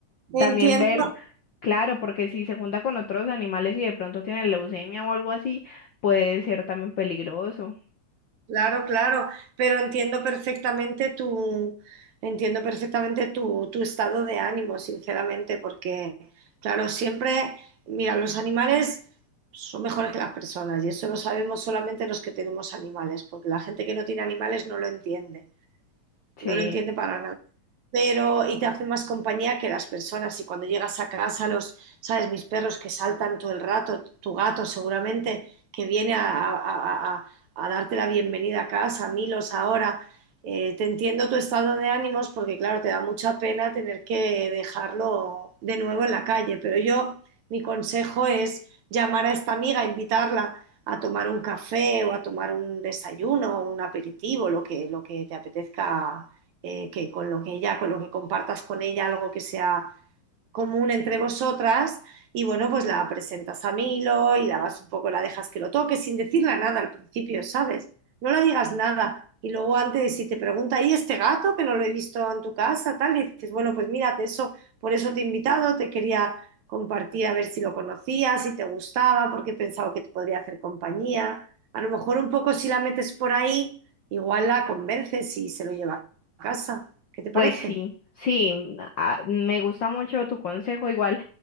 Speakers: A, on the left (about 65°); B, on the right (about 70°).
A: también
B: Entiendo.
A: ver, claro, porque si se junta con otros animales y de pronto tiene leucemia o algo así, puede ser también peligroso.
B: Claro, claro, pero entiendo perfectamente tu, entiendo perfectamente tu, tu estado de ánimo, sinceramente, porque, claro, siempre, mira, los animales son mejores que las personas y eso lo sabemos solamente los que tenemos animales, porque la gente que no tiene animales no lo entiende,
A: Sí,
B: no lo entiende para nada pero y te hace más compañía que las personas. Y cuando llegas a casa, los, sabes, mis perros que saltan todo el rato, tu gato seguramente que viene a, a- a- a darte la bienvenida a casa, Milos ahora. Eh, te entiendo tu estado de ánimos porque, claro, te da mucha pena tener que dejarlo de nuevo en la calle, pero yo, mi consejo es llamar a esta amiga, invitarla a tomar un café o a tomar un desayuno, un aperitivo, lo que, lo que te apetezca eh, que con lo que ella, con lo que compartas con ella algo que sea común entre vosotras y bueno, pues la presentas a Milo y la vas un poco, la dejas que lo toque sin decirle nada al principio, ¿sabes? No la digas nada. Y luego antes, si te pregunta, ¿y este gato que no lo he visto en tu casa? Tal, y dices, bueno, pues mírate eso, por eso te he invitado, te quería compartir a ver si lo conocías, si te gustaba, porque he pensado que te podría hacer compañía. A lo mejor un poco si la metes por ahí, igual la convences y se lo lleva a casa. ¿Qué te
A: pues
B: parece?
A: sí, sí, ah, me gusta mucho tu consejo, igual